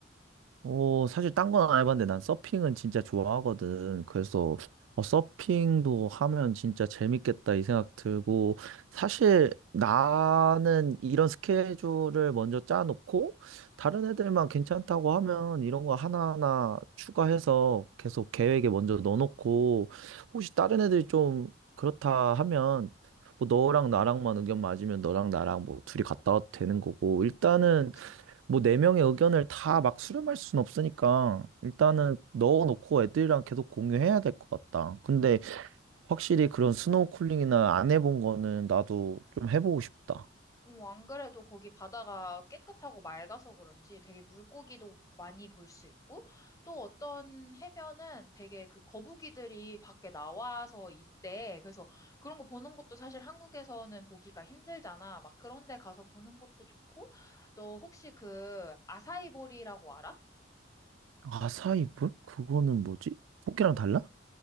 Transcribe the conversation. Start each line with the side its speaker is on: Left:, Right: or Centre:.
Right: 어, 사실 딴 건 안 해봤는데 난 서핑은 진짜 좋아하거든. 그래서 어, 서핑도 하면 진짜 재밌겠다 이 생각 들고 사실 나는 이런 스케줄을 먼저 짜놓고 다른 애들만 괜찮다고 하면 이런 거 하나하나 추가해서 계속 계획에 먼저 넣어놓고 혹시 다른 애들이 좀 그렇다 하면 뭐 너랑 나랑만 의견 맞으면 너랑 나랑 뭐 둘이 갔다 와도 되는 거고 일단은
Left: 그치?
Right: 뭐 네 명의 의견을 다 막 수렴할 순 없으니까 일단은 넣어놓고 애들이랑 계속 공유해야 될 것 같다. 근데 확실히 그런 스노우쿨링이나 안 해본 거는 나도 좀 해보고 싶다.
Left: 어, 안 그래도 거기 바다가 깨끗하고 맑아서 그런지 되게 물고기도 많이 볼 수 있고 또 어떤 해변은 되게 그 거북이들이 밖에 나와서 있대. 그래서 그런 거 보는 것도 사실 한국에서는 보기가 힘들잖아. 막 그런 데 가서 보는 것도 좋고 너 혹시 그 아사이보리라고 알아?
Right: 아사이볼? 그거는 뭐지? 포기랑 달라?